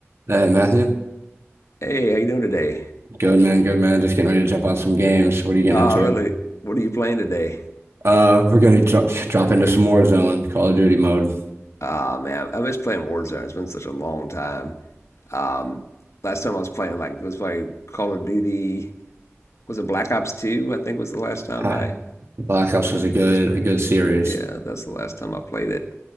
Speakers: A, on the right; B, on the left.
A: Hey Matthew,
B: Hey, how you doing today?
A: good man, good man. Just getting ready to jump on some games. What are you getting
B: Ah,
A: into?
B: really? What are you playing today?
A: Uh, we're gonna dro drop into some Warzone, Call of Duty mode.
B: Ah, man, I miss playing Warzone. It's been such a long time. Um, last time I was playing, like, it was playing Call of Duty. Was it Black Ops 2? I think was the last time
A: Ah,
B: I
A: Black Ops was a good,
B: was.
A: a good series.
B: Yeah, that's the last time I played it.